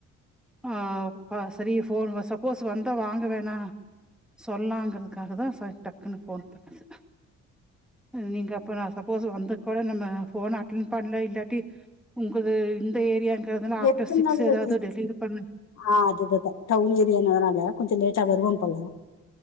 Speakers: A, in the centre; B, on the left.
A: ஆ அ செரி ஃபோன் வ சப்போஸ் வந்தா வாங்க வேணா சொல்லாங்கிறதுக்காக தா சர் டக்குன்னு ஃபோன் பண்ணது நீங்க அப்ப நா சப்போஸ் வந்து கூட நம்ம ஃபோன் அட்டன் பண்ல இல்லாட்டி உங்குள்து இந்த ஏரியாங்கிறதுனல ஆஃப்டர்
B: எத்தனை
A: சிக்ஸ்
B: நாள்
A: எதாவ்து டெலிவ்ரி பண்ணு
B: ஆ அதுதுதா டவுன் ஏரியானு அதனால கொஞ்சோ லேட்டா வருவாம்போல